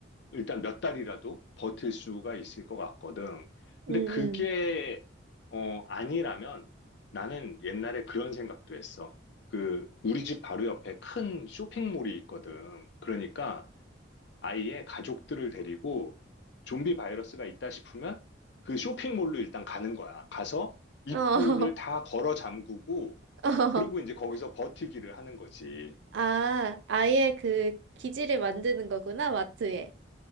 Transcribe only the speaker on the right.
응,
응.
응. 어.
<laughs>
어. 아, 아예 그 기지를 만드는 거구나, 마트에.